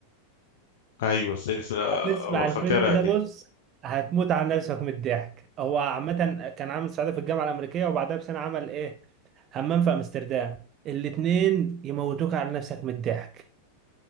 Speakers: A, on the left (about 55°); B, on the right (about 30°).
A: ايوه سيدي في آه،
B: هتسمع الفيلم
A: فاكرها
B: ده
A: دي
B: بص هتموت على نفسك من الضحك هو عامه كان عامل صعيدي في الجامعه الامريكيه وبعدها بسنه عمل ايه همام في امستردام الاتنين يموتوك على نفسك من الضحك